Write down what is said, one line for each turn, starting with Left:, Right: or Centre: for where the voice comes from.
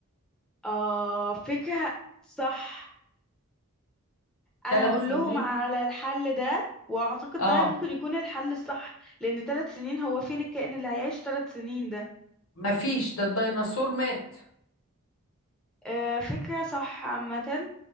Centre: آه فكرة صح انا
Left: ثلاث
Centre: هقول
Left: سنين
Centre: لهم على الحل ده واعتقد
Left: اه
Centre: ده ممكن يكون الحل الصح لان ثلاث سنين هو فين الكائن اللي هيعيش ثلاث سنين ده
Left: مفيش ده الديناصور مات
Centre: آه فكرة صح عامة